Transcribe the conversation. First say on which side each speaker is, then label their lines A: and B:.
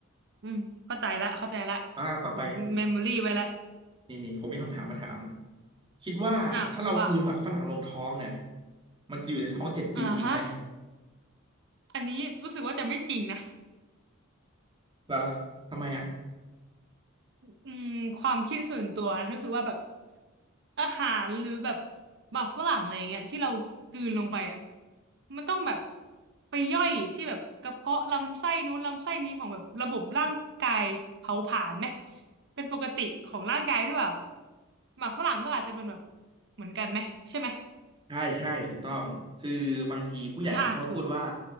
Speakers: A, on the right (about 55°); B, on the right (about 25°).
A: อืมเข้าใจละเข้าใจละ
B: อ่าต่อไป
A: เมมโมรี่ไว้ละ
B: นี่นี่ผมมีคำถามมาถามคิดว่าถ้าเรากลืนหมากฝรั่งลงท้องเนี่ย
A: อ่ะว่า
B: มันจะอยู่ในท้องเจ็ดปีจริงไหม
A: อ่าฮะอันนี้รู้สึกว่าจะไม่จริงนะ
B: เหรอทำไมอ่ะ
A: อืมความคิดส่วนตัวนะรู้สึกว่าแบบอาหารหรือแบบหมักฝรั่งอะไรอย่างเงี้ยที่เรากลืนลงไปอ่ะมันต้องแบบไปย่อยที่แบบกระเพาะลำไส้นู้นลำไส้นี้ของแบบระบบร่างกายเผาผลาญไหมเป็นปกติของร่างกายหรือเปล่าหมักฝรั่งก็อาจจะเป็นแบบเหมือนกันไหมใช่ไหม
B: ใช่ใช่ถูกต้องคือบางทีผู้ใหญ่เขาชอบพูดว่า
A: ใช่อ่ะถูก